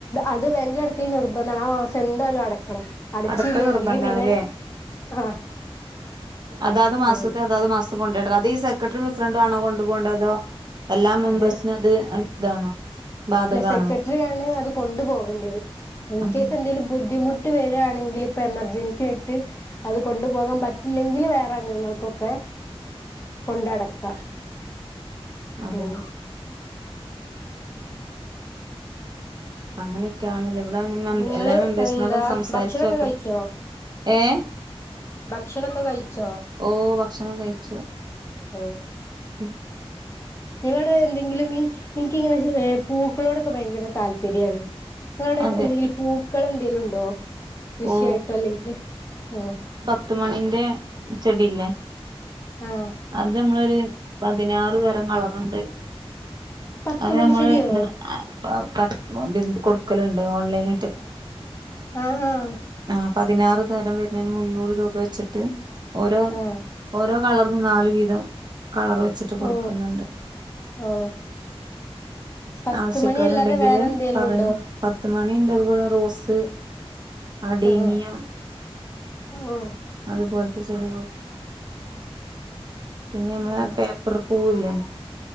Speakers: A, on the left; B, on the right.
A: അത് ബേങ്ക്ലടക്കൽ നിർബന്ധമാണ് ആഹ് മാസം എന്തായാലും അടക്കണം അടച്ചല്ലെങ്കില്
B: അടക്കൽ നിർബന്ധാണ്ല്ലേ
A: പിന്നെ ആഹ്
B: അതാത് മാസത്തെ
A: ഉം
B: അതാത് മാസം കൊണ്ടായിടണോ അത് ഈ സെക്രട്ടറി പ്രസിഡന്റ് ആണോ കൊണ്ടു പോകേണ്ട അതോ എല്ലാ മെമ്പേഴ്സിനും
A: അതെ
B: അത് ഇതാണോ? ബാധകാണോ
A: ല്ല സെക്രട്ടറിയാണ് അത് കൊണ്ടു പോകേണ്ടത് ഇൻ
B: അതെ
A: കേസ് എന്തെങ്കിലും ബുദ്ധിമു ട്ട് വരണെങ്കിൽ ഇപ്പൊ എമർജൻസി ആയിട്ട് അത് കൊണ്ടുപോകാൻ പറ്റില്ലെങ്കില് വേറെ അംഗങ്ങൾക്കൊക്കെ കൊണ്ടടക്ക
B: അതെ
A: ഉം
B: അങ്ങനെയൊക്കെയാണല്ലേ ഇവിടെ
A: നിങ്ങള്
B: എല്ലാ മെമ്പേഴ്സിനോടും
A: എന്താ
B: സംസാരിച്ചോക്ക
A: ഭക്ഷണൊക്കെ കഴിച്ചോ
B: ഏഹ്
A: ഭക്ഷണൊക്കെ കഴിച്ചോ?
B: ഓഹ് ഭക്ഷണം കഴിച്ചു
A: ഓഹ്
B: ഉം
A: ഇവിടെ എന്തെങ്കിലും ഈ എനിക്കിങ്ങനെ പൂക്കളോടൊക്കെ ഭയങ്കര താല്പര്യാണ് നിങ്ങളവിടെ
B: അതെ
A: എന്തെങ്കിലും പൂക്കൾ എന്തെലുണ്ടോ? കൃഷിയായിട്ടോ
B: ഓ
A: അല്ലെങ്കിൽ ഉം
B: പത്തുമണിന്റെ ചെടില്ലേ
A: ആഹ്
B: അത് നമ്മളൊരു പതിനാറ് തരം കളറുണ്ട്
A: പത്തുമണിച്ചെടിയോ
B: അത് നമ്മള് ങ്ങനെ <unintelligible> കൊടുക്കലുണ്ട് ഓൺലൈനാ
A: ആഹ് ആഹ്
B: ആഹ് പതിനാറ് തരം വരുന്നതിന് മുന്നൂറ് രൂപ വെച്ചിട്ട് ഓരോ
A: ആ
B: ഓരോ കളറ് നാലു വീതം കളർ വെച്ചിട്ട് കൊടുക്കുന്ന്ണ്ട്
A: ഓ ഓ പത്ത്
B: ആവശ്യക്കാരുണ്ടെങ്കില്
A: മണി അല്ലാതെ വേറെ എന്തേലും
B: പറയണം
A: ഉണ്ടോ
B: പത്ത് മണി ഇണ്ട് അതുപോലെ റോസ് അടീനിയം
A: ആഹ് ഓ
B: അതുപോൽത്തെ ചെടികൾ പിന്നെ നമ്മളെ
A: ആഹ്
B: പേപ്പർ പോവില്ലേ